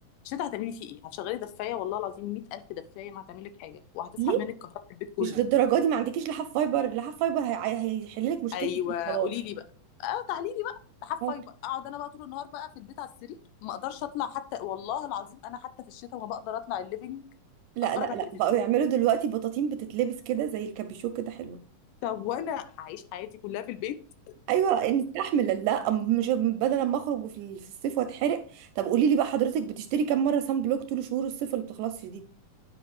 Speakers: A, on the left; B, on the right.
A: الشتاء هتعملي فيه ايه هتشغلي دفايه والله العظيم 100000 دفايه ما هتعمل لك حاجه وهتسحب
B: ليه
A: منك كهرباء البيت كله
B: مش للدرجه دي ما عندكيش لحاف فايبر لحاف فايبر هي... هيحل لك مشكلتك
A: ايوه
B: دي خلاص
A: قولي لي بقى اه تعالي لي بقى لحفاي
B: أهو.
A: بقى اقعد انا بقى طول النهار بقى في البيت على السرير ما اقدرش اطلع حتى والله العظيم انا حتى في الشتاء ما بقدر اطلع الليفينج
B: لا
A: اتفرج
B: لا
A: على التلفزيون
B: لا بقوا يعملوا دلوقتي بطاطين بتتلبس كده زي الكابيشو كده حلوه
A: طب وانا هعيش حياتي كلها في البيت
B: ايوه نستحمل لا أم- مش بدل ما اخرج في ال- في الصيف واتحرق طب قولي لي بقى حضرتك بتشتري كام مره سان بلوك طول شهور الصيف اللي بتخلصش دي